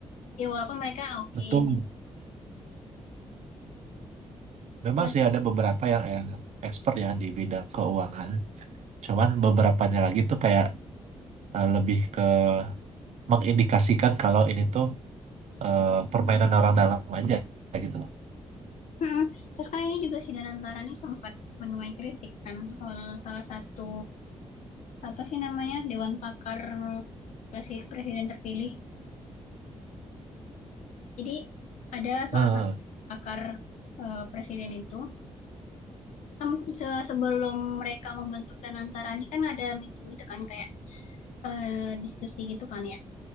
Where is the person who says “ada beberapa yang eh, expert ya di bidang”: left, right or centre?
Right